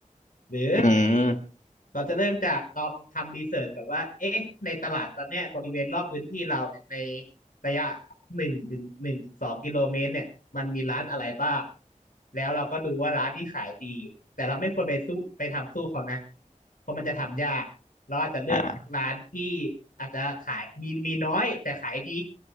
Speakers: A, on the left; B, on the left.
A: หรือ
B: อืม
A: เราจะเริ่มจากลองทำรีเสิร์ชกับว่าเอ๊ะในตลาดตอนเนี้ยบริเวณรอบพื้นที่เราเนี่ยในระยะหนึ่งถึงหนึ่งถึงสองกิโลเมตรเนี่ยมันมีร้านอะไรบ้างแล้วเราก็ดูว่าร้านที่ขายดีแต่เราไม่ควรไปสู้ไปทำสู้เขานะเพราะมันจะทำยากเราอาจจะเลือกร้านที่
B: อ่า
A: อาจจะขายมีมีน้อยแต่ขายดี